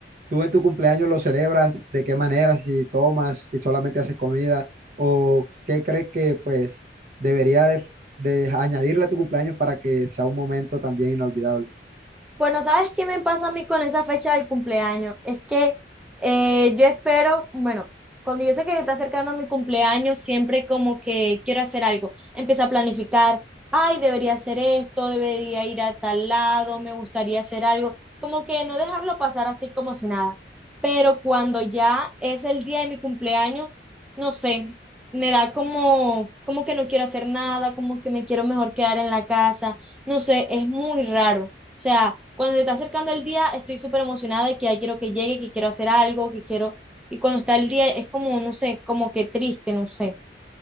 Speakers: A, on the right; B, in the centre.
A: ¿Tú en tu cumpleaños lo celebras? ¿De qué manera? Si tomas, si solamente haces comida, o qué crees que pues debería de, de añadirle a tu cumpleaños para que sea un momento también inolvidable.
B: Bueno, ¿sabes qué me pasa a mí con esa fecha del cumpleaños? Es que eh, yo espero, bueno, cuando yo sé que se está acercando mi cumpleaños, siempre como que quiero hacer algo. Empiezo a planificar, ay, debería hacer esto, debería ir a tal lado, me gustaría hacer algo. Como que no dejarlo pasar así como si nada. Pero cuando ya es el día de mi cumpleaños, no sé, me da como, como que no quiero hacer nada, como que me quiero mejor quedar en la casa. No sé, es muy raro. O sea, cuando se está acercando el día, estoy súper emocionada de que ya quiero que llegue, que quiero hacer algo, que quiero... Y cuando está el día, es como, no sé, como que triste, no sé.